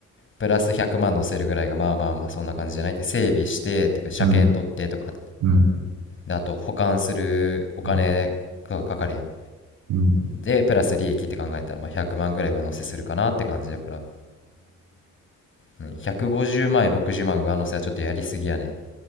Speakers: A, on the left; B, on the right.
A: プラス100万乗せるぐらいがまあまあまあそんな感じじゃないって、整備して、とてか車検取ってとか、
B: うん。うん。
A: で、あと保管するお金がかかるやん。
B: うん。うん。
A: で、プラス利益って考えたら、まあ100万ぐらい上乗せするかなって感じだから、うん、150万円、60万上乗せはちょっとやりすぎやね。